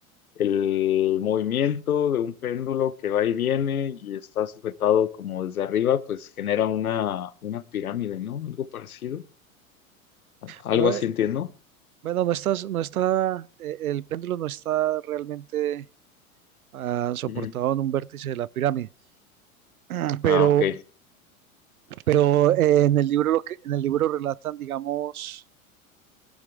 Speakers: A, on the left; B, on the right.
A: el movimiento de un péndulo que va y viene y está sujetado como desde arriba, pues genera una, una pirámide, ¿no? Algo parecido. Algo
B: Bueno,
A: así
B: eh,
A: entiendo.
B: bueno, no estás, no está, eh, el péndulo no está realmente ah, soportado
A: Ujú.
B: en un vértice de la pirámide, <clears throat>
A: Ah,
B: pero,
A: ok.
B: pero eh, en el libro lo que, en el libro relatan, digamos,